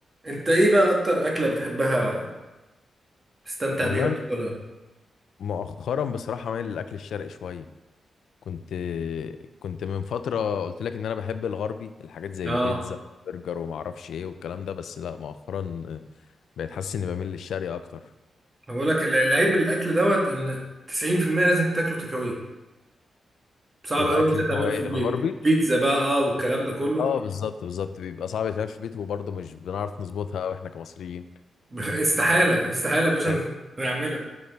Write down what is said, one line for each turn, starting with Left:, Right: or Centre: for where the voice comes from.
Right: انت ايه بقى اكتر اكله بتحبها تستمتع
Left: والله
Right: بيها وتاكلها
Left: مؤخرا بصراحة مايل للأكل الشرقي شوية كنت كنت من فترة قلت لك إن أنا بحب الغربي الحاجات زي
Right: اه
Left: البيتزا برجر وما أعرفش إيه والكلام ده بس لا مؤخرا بقيت حاسس إني بميل للشرقي أكتر
Right: هقول لك الع- العيب الاكل دوت ان 90% لازم تاكله تكاوي صعب
Left: الأكل
Right: قوي انت
Left: اللي
Right: تعمله
Left: هو إيه
Right: في البيت
Left: الغربي
Right: بيتزا بقى اه والكلام ده كله
Left: أه بالظبط بالظبط بيبقى صعب يتعمل في البيت وبرضه مش بنعرف نظبطها أوي إحنا كمصريين
Right: <laughs> استحاله استحاله يا باشا
Left: يعني
Right: نعملها